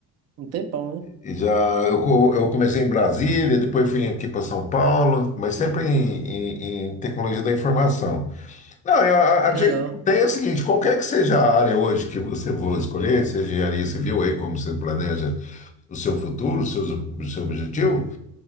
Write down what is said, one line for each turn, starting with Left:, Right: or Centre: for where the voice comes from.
Right: um tempão, né?
Left: e já eu, co- eu comecei em Brasília, depois fui aqui para São Paulo, mas sempre em, em em tecnologia da informação. Não, eu- a,
Right: Que
Left: a dica
Right: legal.
Left: que eu tenho é a seguinte: qualquer que seja a área hoje que você for escolher, seja engenharia civil, aí como você planeja o seu futuro, o seu, o seu objetivo,